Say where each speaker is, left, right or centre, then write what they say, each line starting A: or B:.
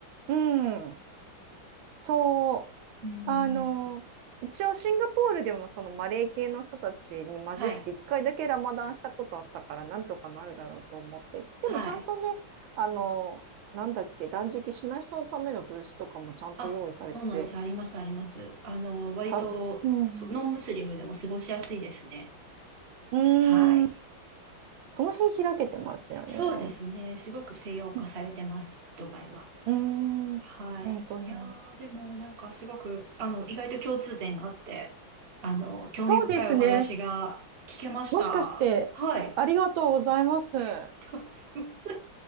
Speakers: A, on the right; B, on the right.
A: うん、そう。
B: うーん、
A: あの、一応シンガポールでもそのマレー系の人たちに混じって一回だけラマダンしたことあったからなんとかなるだろうと思って。
B: はい、
A: でもちゃんとね、
B: はい。
A: あの、なんだっけ、断食しない人のためのブースとかもちゃんと用意されてて、
B: あ、そうなんです。あります、あります。あの、割と、
A: さ、うん。
B: そノンムスリムでも過ごしやすいですね。
A: うーん。
B: はい。
A: その辺開けてますよね。
B: そうですね。すごく西洋化されてます、
A: う
B: ドバイは。
A: んうーん。
B: はい。
A: 本当に。
B: いやー、でもなんかすごく、あの、意外と共通点があって、あの、興味深いお話が聞けました。
A: そうですね。もしかして、
B: はい。あり
A: ありがとうございます。あ
B: がとうございます。